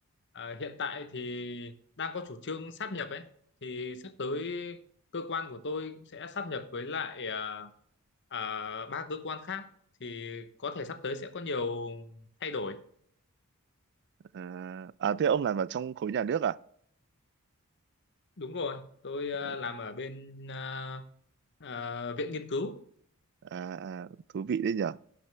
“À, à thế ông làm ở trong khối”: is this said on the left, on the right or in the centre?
Right